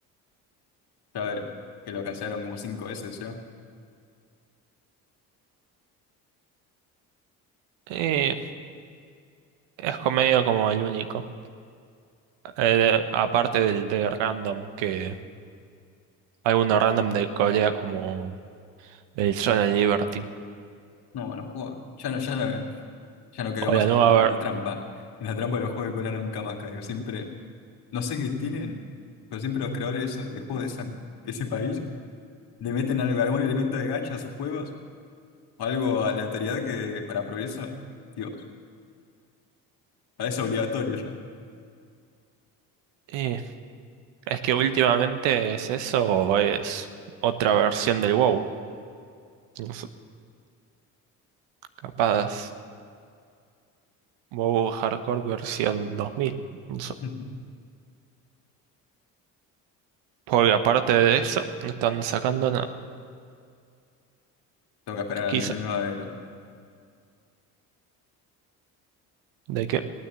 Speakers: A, on the left; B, on the right.
A: Ya ver, que lo cancelaron como cinco veces, ¿yo?
B: Eh, Es comedia como el único. Eh, aparte del de Random, que hay uno random de Corea como el Sol and Liberty.
A: No, los juegos, ya no, ya no, ya no caigo
B: O
A: más
B: la
A: en
B: nueva
A: los juegos,
B: ver...
A: en la trampa, en la trampa de los juegos de Corea nunca más caigo, siempre, no sé qué tienen, pero siempre los creadores de, eso- de juegos de, esa, de ese país le meten algo, algún elemento de gacha a sus juegos, o algo aleatoriedad que para progreso, Dios, parece obligatorio ya.
B: eh, es que últimamente es eso o es otra versión del WoW. No sé, capaz WoW Hardcore versión 2000. No sé.
A: <laughs>
B: Porque aparte de eso, no están sacando nada.
A: Tengo que esperar al
B: Quizá.
A: MMO del LOL.
B: ¿De qué?